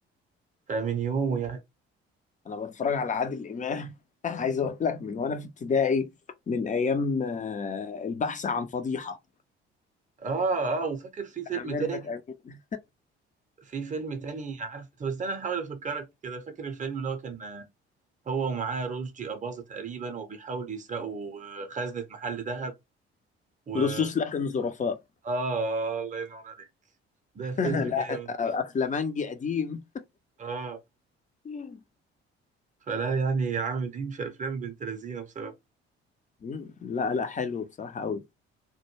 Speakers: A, on the right (about 25°); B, on the left (about 25°).
A: فمن يومه يعني
B: انا بتفرج على عادل امام <laughs> عايز اقول لك من وانا في ابتدائي من ايام آه، البحث عن فضيحة
A: اه اه وفاكر في فيلم
B: بتاع ميرفت
A: تاني
B: امين
A: في فيلم تاني عارف طب استنى احاول افكرك كده فاكر الفيلم اللي هو كان هو ومعاه رشدي أباظة تقريبا وبيحاولوا يسرقوا خزنة محل ذهب و
B: لصوص
A: اه
B: لكن ظرفاء
A: آه، الله ينور عليك ده
B: <laughs>
A: فيلم
B: لا
A: جامد
B: انا
A: برضه
B: افلامنجي قديم
A: اه
B: <laughs>
A: فلا يعني عاملين في افلام بنت لذينه بصراحه
B: مم. لا لا حلو بصراحة قوي